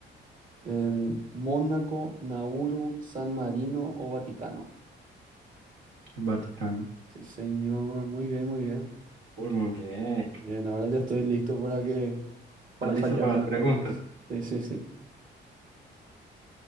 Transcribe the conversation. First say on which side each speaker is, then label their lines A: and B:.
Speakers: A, on the right; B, on the right.
A: En Mónaco, Nauru, San Marino o Vaticano.
B: Vaticano.
A: Sí, señor, muy bien, muy bien.
B: Uy, muy bien.
A: Bien, ahora ya estoy listo para que
B: ¿Estás
A: para
B: listo
A: fallar
B: para
A: unas
B: las preguntas?
A: cuantas. Sí, sí, sí.